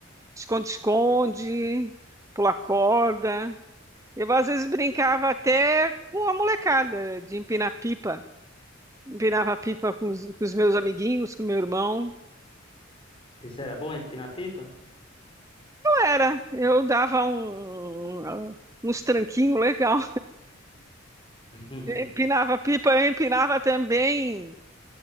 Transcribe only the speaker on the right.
esconde-esconde, pular corda. Eu às vezes brincava até com a molecada de empinar pipa. Empinava pipa com os, com os meus amiguinhos, com meu irmão.
Era, eu dava um, um, uns tranquinhos legal.
<laughs> Empinava pipa, eu empinava também